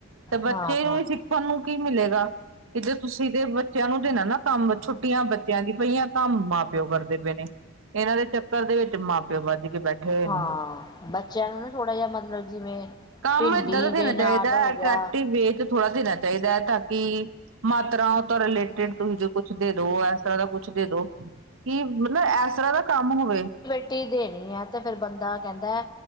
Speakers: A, on the right (about 65°); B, on the left (about 20°).
A: ਤੇ ਬੱਚੇ
B: ਹਾਂ
A: ਨੂੰ
B: ਹਾਂ
A: ਹੀ ਸਿੱਖਣ ਨੂੰ ਕੀ ਮਿਲੇਗਾ ਕਿ ਜੇ ਤੁਸੀਂ ਤੇ ਬੱਚਿਆਂ ਨੂੰ ਦੇ ਨਾ ਨਾ ਕੰਮ ਛੁੱਟੀਆਂ ਬੱਚਿਆਂ ਦੀ ਪਈਆਂ ਕੰਮ ਮਾਂ ਪਿਓ ਕਰਦੇ ਪਏ ਨੇ ਇਹਨਾਂ ਦੇ ਚੱਕਰ ਦੇ ਵਿੱਚ ਮਾਂ ਪਿਓ ਵਜੀੀ ਬੈਠੇ ਹੋਏ
B: ਹਾਂ
A: ਨੇ
B: ਬੱਚਿਆਂ ਨੂੰ ਨਾ ਥੋੜ੍ਹਾ ਜਿਹਾ ਮਤਲਬ ਜਿਵੇਂ
A: ਕੰਮ
B: ਭਿੰਡੀ
A: ਏਦਾਂ ਦਾ
B: ਦੇ
A: ਦੇਣਾ
B: ਨਾਲ
A: ਚਾਹੀਦਾ
B: ਹੋ
A: ਅੈਕਟਿਵ
B: ਗਿਆ
A: ਵੇ ਥੋੜਾ ਦੇਣਾ ਚਾਹੀਦਾ ਹੈ ਤਾਂ ਕਿ ਮਾਤਰਾ ਤੋਂ ਰਿਲੇਟਿਡ ਤੁਸੀਂ ਜੋ ਕੁਛ ਦੇ ਦੋ ਇਸ ਤਰ੍ਹਾਂ ਦਾ ਕੁਛ ਦੇ ਦੋ ਕਿ ਮਤਲਬ ਇਸ ਤਰ੍ਹਾਂ ਦਾ ਕੰਮ ਹੋਵੇ
B: ਰੁਟੀ ਦੇਣੀ ਹੈ ਤੇ ਫੇਿਰ ਬੰਦਾ ਕਹਿੰਦਾ